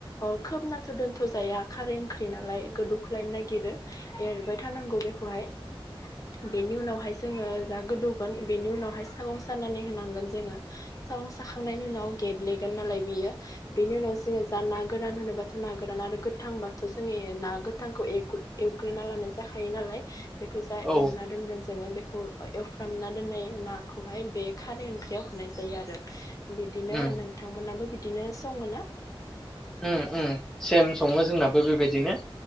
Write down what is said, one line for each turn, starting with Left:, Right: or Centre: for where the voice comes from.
Left: अ खोबनाथ' दोनथ' जाया खारै ओंख्रि नालाय गोदौ ख्लायनो नागिरो एरबाय थानांगौ बेखौहाय। बेनि उनावहाय जोंङो जा गोदौगोन बेनि उनावहाय सागं सानानै होनां गोन जोंङो। सागं साखांनायनि उनाव गेब्ले गोननालाय बियो बिनि उनाव जोंङो जाना गोरान होनो <unintelligible> गोरान आरो गोथांबाथ' जों ना गोथांखौ एव एवग्रोना लानाय जाखायो नालाय। <inaudible> बेखौ जा
Centre: औ
Left: एवना दोनगोन जोंङो बे खौ एवफ्रामना दोनाय नाखौहाय बे खारै ओंख्रियाव होनाय जायो आरो। बिदिनो
Centre: उम
Left: नोंथांमोनाबो बि दिनो सङोना?
Centre: उम उम। सेम सङो जोंनाबो बेबायदिनो